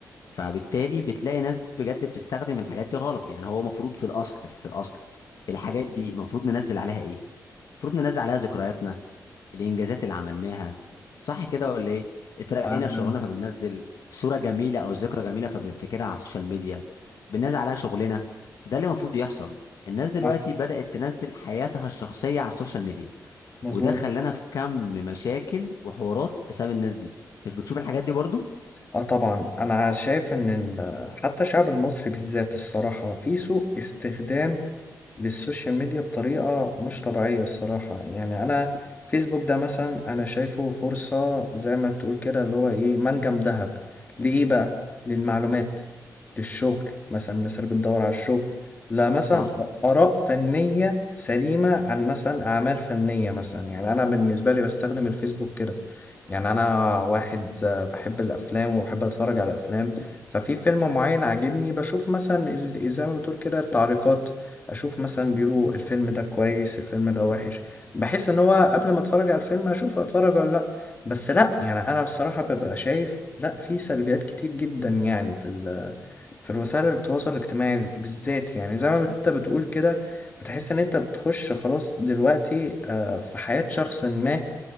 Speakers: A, on the left (about 60°); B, on the left (about 25°).
A: فبالتالي بتلاقي ناس بجد بتستخدم الحاجات دي غلط يعني هو المفروض في الاصل في الاصل الحاجات دي المفروض ننزل عليها ايه المفروض ننزل عليها ذكرياتنا الانجازات اللي عملناها صح كده ولا ايه اترقينا
B: انا
A: في شغلنا فبننزل صوره جميله او ذكرى جميله فبنفتكرها على السوشيال ميديا بننزل عليها شغلنا ده اللي المفروض يحصل الناس دلوقتي
B: صح
A: بدات تنزل حياتها الشخصيه على السوشيال ميديا
B: مظبوط
A: وده خلانا في كم مشاكل وحوارات بسبب الناس دي انت مش بتشوف الحاجات دي برضو
B: اه طبعا انا شايف ان ال- حتى الشعب المصري بالذات الصراحة في سوء استخدام للسوشيال ميديا بطريقة مش طبيعية الصراحة يعني أنا فيسبوك ده مثلا أنا شايفه فرصة زي ما بتقول كده اللي هو إيه منجم ذهب لإيه بقى للمعلومات للشغل مثلا الناس اللي بتدور على الشغل لا مثلا
A: صح
B: آراء فنية سليمة عن مثلا أعمال فنية مثلا يعني أنا بالنسبة لي بستخدم الفيسبوك كده يعني انا واحد آه، بحب الافلام وبحب اتفرج على افلام ففي فيلم معين عاجبني بشوف مثلا ال- زي ما بتقول كده التعليقات اشوف مثلا بيقولوا الفيلم ده كويس الفيلم ده وحش بحس ان هو قبل ما اتفرج على الفيلم اشوف اتفرج ولا لا بس لا يعني انا بصراحة ببقى شايف لا في سلبيات كتير جدا يعني في ال في الوسائل التواصل الاجتماعي بالذات يعني زي ما انت بتقول كده بتحس ان انت بتخش خلاص دلوقتي آه، في حياة شخص ما